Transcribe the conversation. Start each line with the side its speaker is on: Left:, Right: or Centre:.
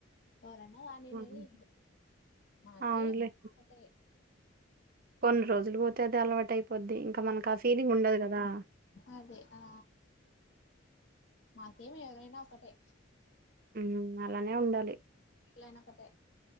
Left: ఎవరైనా ఉన్నిలే
Right: ఉమ్,
Left: అనీ మా అత్తయ్య
Right: అవునులే
Left: ఒక్కటే
Right: కొన్ని రోజులు పోతే అదే అలవాటు అయిపోద్ది ఇంకా మనకు ఆ ఫీలింగ్ ఉండదు కదా
Left: అదే ఆ మాకేమి ఎవరైనా ఒకటే
Right: ఉమ్ అలానే ఉండాలి
Left: ఎలానొక్కటే